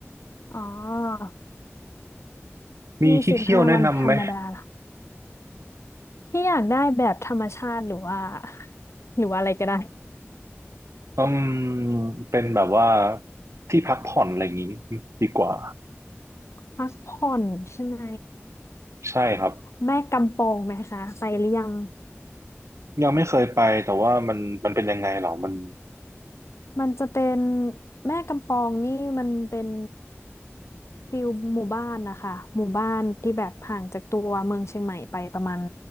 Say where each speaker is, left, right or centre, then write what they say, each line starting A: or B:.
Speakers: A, on the left (about 75°); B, on the right (about 90°).
A: อ๋อ
B: มีที่เที่ยวแนะนำไหม
A: ยี่สิบห้าวันธรรมดาเหรอพี่อยากได้แบบธรรมชาติหรือว่าหรือว่าอะไรก็ได้
B: อืมเป็นแบบว่าที่พักผ่อนอะไรอย่างนี้ดีกว่า
A: พักผ่อนใช่ไหม
B: ใช่ครับ
A: แม่กำปองไหมคะไปหรือยัง
B: ยังไม่เคยไปแต่ว่ามันมันเป็นยังไงเหรอมัน
A: มันจะเป็นแม่กำปองนี่มันเป็นฟิลหมู่บ้านนะคะหมู่บ้านที่แบบห่างจากตัวเมืองเชียงใหม่ไปประมาณ